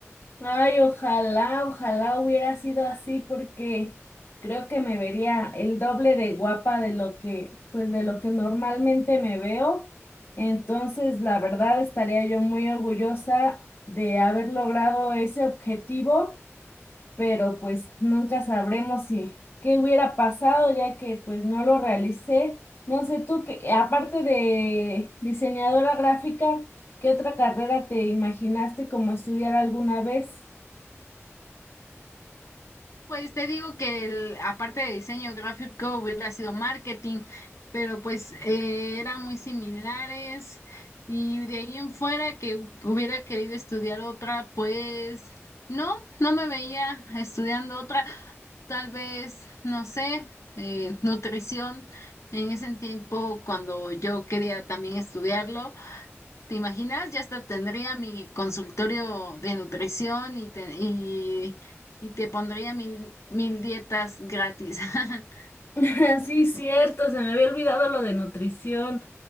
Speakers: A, on the left; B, on the left.
A: Ay, ojalá, ojalá hubiera sido así porque creo que me vería el doble de guapa de lo que, pues de lo que normalmente me veo. Entonces, la verdad, estaría yo muy orgullosa de haber logrado ese objetivo pero pues nunca sabremos si qué hubiera pasado ya que pues no lo realicé. No sé tú que aparte de diseñadora gráfica, ¿qué otra carrera te imaginaste como estudiar alguna vez?
B: Pues te digo que el- aparte de diseño gráfico hubiera sido marketing, pero pues eh, eran muy similares y de ahí en fuera que hubiera querido estudiar otra, pues no, no me veía estudiando otra, tal vez, no sé, eh, nutrición en ese tiempo cuando yo quería también estudiarlo. ¿Te imaginas? Ya hasta tendría mi consultorio de nutrición y te, y, y te pondría mil, mil dietas gratis. <laughs>
A: <laughs> Sí, cierto, se me había olvidado lo de nutrición.